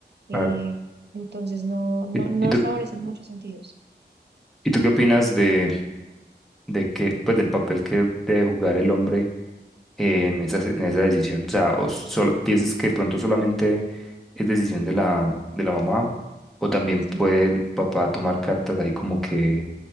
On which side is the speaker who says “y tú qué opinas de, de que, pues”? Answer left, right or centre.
Centre